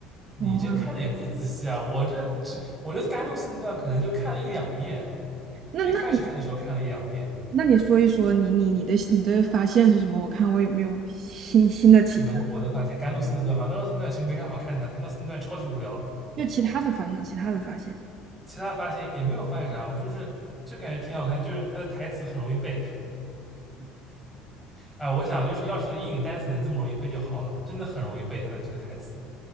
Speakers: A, in the centre; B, on the right.
A: 你这看的也不仔细啊，
B: 哇，
A: 我这只我这甘露寺那段可能就看了一两遍。
B: 那那你
A: 就一开始看的时候看了一两遍，
B: 那你说一说你你你的你的发现是什么？我看我有没有新新的启。
A: 什么我能发现甘露寺那段吗？甘露寺那段其实没啥好看的，甘露寺那段超级无聊。
B: 又其他的发现，其他的发现，
A: 其他发现也没有发现啥，我就是就感觉挺好看，就是他的台词很容易背。哎，我想就是要是英语单词能这么容易背就好了，真的很容易背它的这个台词。